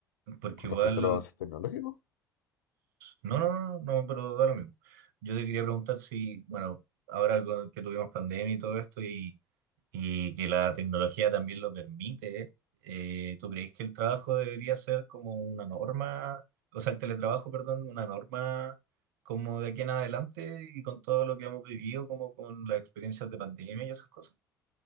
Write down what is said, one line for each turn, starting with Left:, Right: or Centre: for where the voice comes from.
Right: porque
Left: con
Right: igual...
Left: respecto a los avances tecnológicos,
Right: No, no, no, no, pero da lo mismo. Yo te quería preguntar si, bueno, ahora con- que tuvimos pandemia y todo esto y y que la tecnología también lo permite, eh, ¿tú crees que el trabajo debería ser como una norma, o sea, el teletrabajo, perdón, una norma como de aquí en adelante y con todo lo que hemos vivido, como con las experiencias de pandemia y esas cosas?